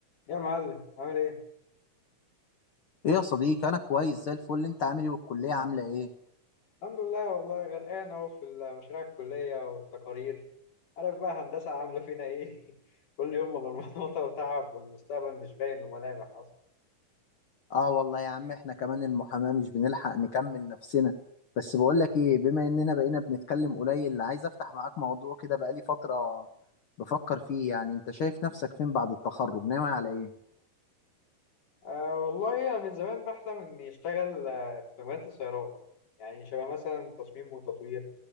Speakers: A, on the left; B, on the left.
A: يا معلم عامل ايه؟
B: ايه يا صديقي انا كويس زي الفل انت عامل ايه والكليه عامله ايه
A: الحمد لله والله غرقان اهو في مشاريع الكلية والتقارير عارف بقى هندسة عاملة فينا ايه؟ <laughs> كل يوم مرمطة وتعب والمستقبل مش باين له ملامح اصلا
B: اه والله يا عم احنا كمان المحاماه مش بنلحق نكمل نفسنا بس بقول لك ايه بما اننا بقينا بنتكلم قليل عايز افتح معاك موضوع كده بقالي فتره بفكر فيه يعني انت شايف نفسك فين بعد التخرج ناوي على ايه
A: أه والله انا من زمان بحلم اني اشتغل آه، في مجال السيارات يعني شبه مثلا تصميم وتطوير